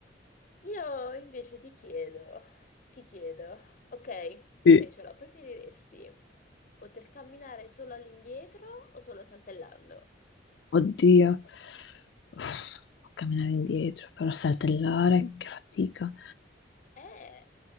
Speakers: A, on the left; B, on the left.
A: Io invece ti chiedo, ti chiedo. Ok,
B: Sì.
A: ok, ce la preferiresti? Poter camminare solo all'indietro o solo saltellando?
B: Oddio, Uff, camminare indietro, però saltellare, che fatica.
A: Eh,